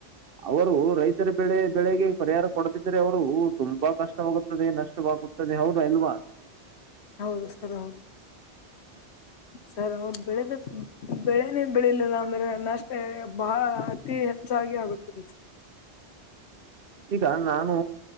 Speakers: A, on the right; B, on the left.
A: ಅವರು ರೈತರ ಬೆಳೆ ಬೆಳೆಗೆ ಪರಿಹಾರ ಕೊಡದಿದ್ದ್ರೆ ಅವರು ತುಂಬಾ ಕಷ್ಟವಾಗುತ್ತದೆ ನಷ್ಟವಾಗುತ್ತದೆ ಹೌದಾ ಇಲ್ವಾ
B: ಹೌದು ಸರ್ ಹೌದು ಸರ್ ಅವರು ಬೆಳೆದ ಬೆಳೆನ ಬೆಳಿಲಿಲ್ಲ ಅಂದ್ರೆ ನ್ನಷ್ಟೇ ಬಹಳ ಅತಿ ಹೆಚ್ಚಾಗಿ ಆಗುತ್ತದೆ
A: ಈಗ ನಾನು